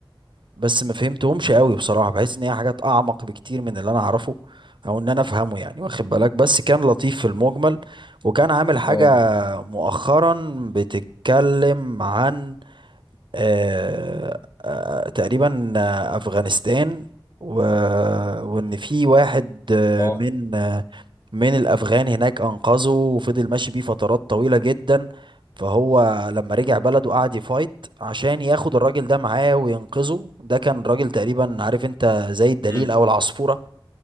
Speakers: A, on the right; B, on the left.
A: بس ما فهمتهمش قوي بصراحه بحس ان هي حاجات اعمق بكتير من اللي انا اعرفه او ان انا افهمه يعني واخد بالك بس كان لطيف في المجمل وكان عامل حاجه
B: اه
A: مؤخرا بتتكلم عن آه، آه، تقريبا آه، أفغانستان و... وإن في واحد آه،
B: اه
A: من آه، من الأفغان هناك أنقذه وفضل ماشي بيه فترات طويلة جدا فهو لما رجع بلده قعد يفايت عشان ياخد الراجل ده معاه وينقذه ده كان راجل تقريبا عارف انت زي الدليل
B: امم
A: أو العصفورة